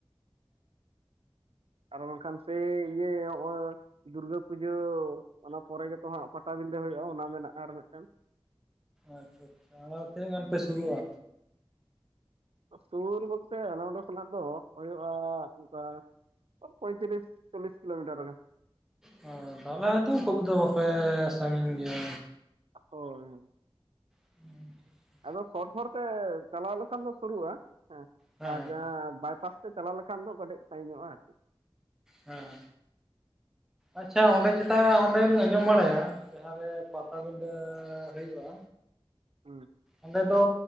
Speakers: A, on the right (about 75°); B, in the centre.
A: ᱟᱨ ᱵᱟᱝ ᱠᱷᱟᱱ ᱥᱮ ᱤᱭᱟᱹ ᱱᱚᱜᱼᱚᱭ᱾ ᱫᱩᱨᱜᱟᱹ ᱯᱩᱡᱟᱹ ᱚᱱᱟ ᱯᱚᱨᱮ ᱜᱮᱛᱚ ᱦᱟᱸᱜ ᱯᱟᱴᱟᱵᱤᱸᱫᱟᱹ ᱦᱩᱭᱩᱜᱼᱟ ᱚᱱᱟ ᱢᱮᱱᱟᱜᱼᱟ ᱟᱨ ᱢᱤᱫᱴᱮᱱᱼᱼ
B: ᱟᱪᱪᱷᱟ ᱟᱪᱷᱟ ᱟᱫᱚ ᱛᱤᱱᱟᱹᱜ ᱜᱟᱱ ᱯᱮ ᱥᱩᱨᱩᱜᱼᱟ?
A: ᱥᱩᱨ ᱵᱚᱞᱛᱮ ᱟᱞᱮ ᱚᱸᱰᱮ ᱠᱷᱱᱟᱜ ᱫᱚ ᱦᱩᱭᱩᱜᱼᱟ ᱚᱱᱠᱟᱼᱼ ᱯᱚᱸᱭᱛᱨᱤᱥ ᱪᱚᱞᱤᱥ ᱠᱤᱞᱳᱢᱤᱴᱟᱨᱴ ᱜᱟᱱ᱾
B: ᱦᱮᱸ ᱛᱟᱦᱚᱞᱮ ᱛᱚ ᱠᱷᱩᱵ ᱫᱚ ᱵᱟᱯᱮ ᱥᱟᱺᱜᱤᱧ ᱜᱮᱭᱟ᱾
A: ᱦᱳᱭ ᱦᱮᱸ᱾
B: ᱦᱮᱸ <inaudible>
A: ᱟᱫᱚ ᱥᱚᱴ ᱦᱚᱨ ᱛᱮ ᱪᱟᱞᱟᱣ ᱞᱮᱠᱷᱟᱱ ᱫᱚ ᱥᱩᱨᱩᱜᱼᱟ ᱦᱮᱸ
B: ᱦᱮᱸ
A: ᱟᱨ ᱡᱟᱦᱟᱸ ᱵᱟᱭᱯᱟᱥᱼᱼ ᱛᱮ ᱪᱟᱞᱟᱣ ᱞᱮᱠᱷᱟᱱ ᱫᱚ ᱠᱟᱹᱴᱤᱡ ᱥᱟᱜᱤᱧᱚᱜᱼᱟ ᱟᱨᱠᱤ᱾
B: ᱦᱮᱸ
A: <unintelligible>
B: ᱟᱪᱪᱷᱟ ᱚᱸᱰᱮ ᱪᱮᱛᱟ ᱚᱸᱰᱮ ᱞᱤᱧ ᱟᱸᱡᱚᱢ ᱵᱟᱲᱟᱭᱟ ᱡᱟᱦᱟᱸᱨᱮ ᱯᱟᱴᱟᱵᱤᱸᱰᱟᱹ ᱦᱩᱭᱩᱜᱼᱟ᱾
A: ᱦᱩᱸ
B: ᱚᱸᱰᱮ ᱫᱚ